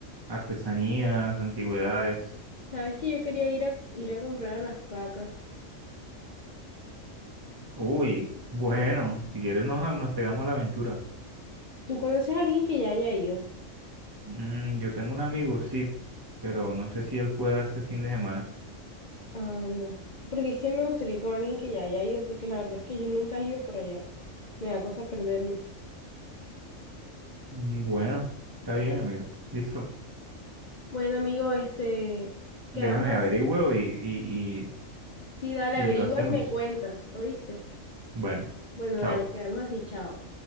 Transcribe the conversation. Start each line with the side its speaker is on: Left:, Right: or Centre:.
Right: artesanías, antigüedades.
Left: Sabes que yo quería ir a ir a comprar a las pacas.
Right: Uy, bueno, si quieres nos, ha- nos pegamos la aventura.
Left: ¿Tú conoces a alguien que ya haya ido?
Right: Mm, yo tengo un amigo, sí, pero no sé si él puede este fin de semana.
Left: Anda. Porque es que me gustaría ir con alguien que ya haya ido, porque la verdad es que yo nunca he ido por allá. Me da cosa perderme.
Right: Mm, Bueno, está bien, amigo. Listo.
Left: Bueno, amigo, este, quedamos
Right: Déjame
Left: así.
Right: averiguo y, y, y,
Left: Sí, dale,
Right: y
Left: averigua
Right: lo hacemos.
Left: y me cuentas, ¿oíste?
Right: Bueno,
Left: Bueno,
Right: chao.
Left: dale, quedamos así, chao.